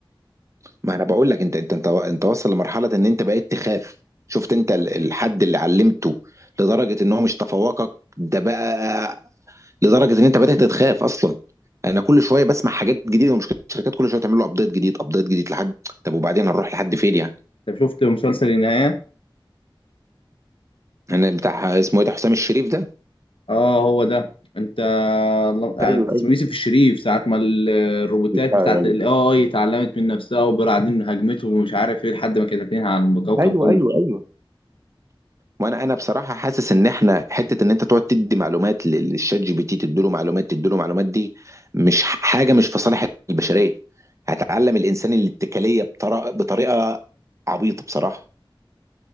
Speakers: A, on the right (about 35°); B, on the left (about 80°).
A: ما انا بقول لك انت انت انت انت واصل لمرحله ان انت بقيت تخاف شفت انت ال- الحد اللي علمته لدرجه ان هو مش تفوقك ده بقى لدرجه ان انت بدات تخاف اصلا انا كل شويه بسمع حاجات جديده ومشكله الشركات كل شويه تعمل له ابديت جديد ابديت جديد لحد طب وبعدين هنروح لحد فين يعني
B: أنت شفت مسلسل النهاية
A: انا بتاع اسمه ايه ده حسام الشريف ده
B: اه هو ده انت الله-
A: ايوه ايوه
B: اسمه يوسف الشريف ساعة ما ال- الروبوتات بتاعت
A: ايوه
B: الاي اي اتعلمت من نفسها وبعدين هجمته ومش عارف ايه لحد ما كانت هتنهي على الكوكب
A: ايوه
B: كله
A: ايوه ايوه وانا انا بصراحه حاسس ان احنا حته ان انت تقعد تدي معلومات لل- للشات جي بي تي تديله معلومات تديله معلومات دي مش ح- حاجه مش في صالح البشريه هتعلم الانسان الاتكاليه بطريقه بطريقه عبيطه بصراحه